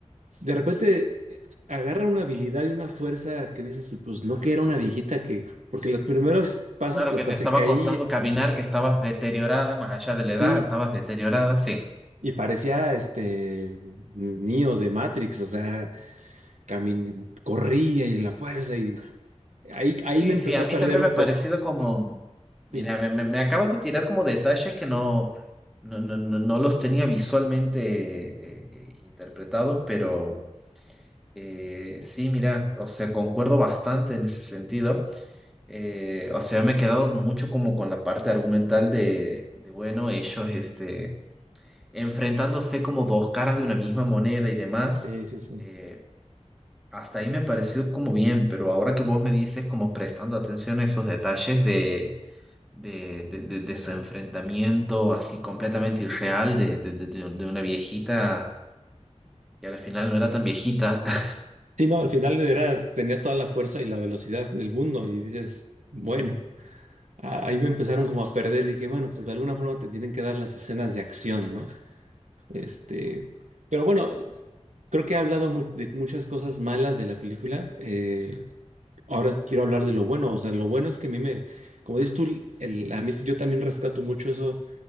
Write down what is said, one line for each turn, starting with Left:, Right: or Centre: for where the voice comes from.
Right: de repente eh, agarra una habilidad y una fuerza que dices, tú, pues no que era una viejita que, porque los primeros pasos
Centre: claro
Right: hasta
Centre: que te estaba
Right: se caía.
Centre: costando caminar, que estabas deteriorada, más allá de
Right: Sí,
Centre: la edad, estabas deteriorada, sí.
Right: y parecía este Neo de Matrix, o sea, camin corría y la fuerza y ahí, ahí
Centre: Sí,
Right: me empezó
Centre: sí, a
Right: a
Centre: mí
Right: perder
Centre: también
Right: un
Centre: me ha parecido
Right: poco.
Centre: como,
Right: Ah,
Centre: mira,
Right: sí,
Centre: me, me- me acabas de tirar como detalles que no, no, no, no no los tenía visualmente eh, eh, interpretados, pero... Eh, sí, mira, o sea, concuerdo bastante en ese sentido. Eh, o sea, me he quedado mucho como con la parte argumental de, de, bueno, ellos este, enfrentándose como dos caras de una misma moneda y demás.
Right: sí, sí, sí.
Centre: Eh, hasta ahí me ha parecido como bien, pero ahora que vos me dices como prestando atención a esos detalles de, de, de, de- de su enfrentamiento así completamente irreal de, de, de, de de una viejita y al final no era tan viejita. <laughs>
Right: Sí, no, al final era, tenía toda la fuerza y la velocidad del mundo y dices, bueno, a- ahí me empezaron como a perder, dije, bueno, pues de alguna forma te tienen que dar las escenas de acción, ¿no? Este, pero bueno, creo que he hablado mu- de muchas cosas malas de la película. eh, Ahora quiero hablar de lo bueno, o sea, lo bueno es que a mí me, como dices tú, el- a mí- yo también rescato mucho eso